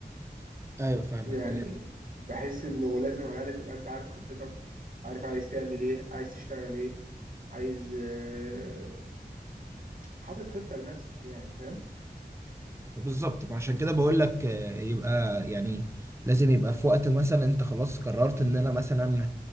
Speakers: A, on the right (about 15°); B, on the right (about 55°).
A: ايوه فاهمك
B: يعني بحس انه لازم على الاقل تبقى انت عارف خطتك عارف عايز تعمل ايه عايز تشتغل ايه عايز آه، حاطط خطة لنفسك يعني فاهم
A: بالظبط عشان كده بقول لك آه، يبقى يعني لازم يبقى في وقت مثلا انت خلاص قررت ان انا مثلا